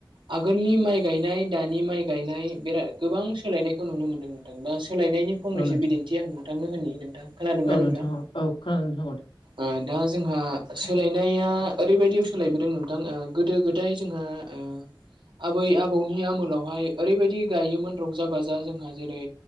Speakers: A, on the right (about 75°); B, on the left (about 85°).
A: आगोलनि माइ गायनाय दानि माइ गायनाय बिराद गोबां सोलायनायखौ नुनो मोन्दों नोंथां दा सोलायनायनि फंनैसो
B: औ नोंथां
A: बिदिन्थि आं नोंथांनो होनि नोंथां खोनादोंना
B: औ
A: नोंथां
B: औ औ खोनादों नोंथां औ दे
A: ओ दा जोंहा सोलायनाया ओरैबायदियाव सोलायबोदों नोंथां ओ गोदो गोदाय जोंहा ओ आबै आबौनि आमोलावहाय ओरैबायदि गायोमोन रंजा बाजा जोंहा जेरै